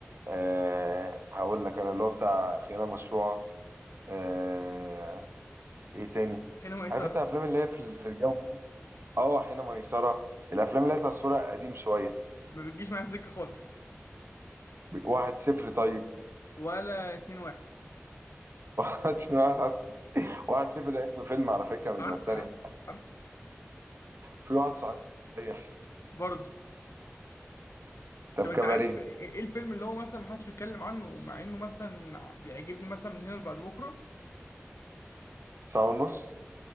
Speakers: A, on the right; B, on the left.
A: آه هقول لك انا اللي هو بتاع خيانه مشروعه آه ايه تاني
B: حين ميسره
A: عارف انت الافلام اللي هي في في الجو ده اه حين ميسره الافلام اللي هي تصويرها قديم شويه
B: ما بتجيش معايا سكه خالص
A: واحد صفر طيب
B: ولا اتنين واحد
A: <laughs> واحد واحد صفر ده اسم فيلم على فكرة مش
B: عارف
A: بتريق
B: يا عم عارف
A: في واحد صحيح
B: برضه
A: طب
B: طب
A: كباريه
B: انت عارف ايه ايه الفيلم اللي هو مثلا محدش بيتكلم عنه ومع انه مثلا بيعجبني مثلا من هنا لبعد بكره
A: ساعة ونص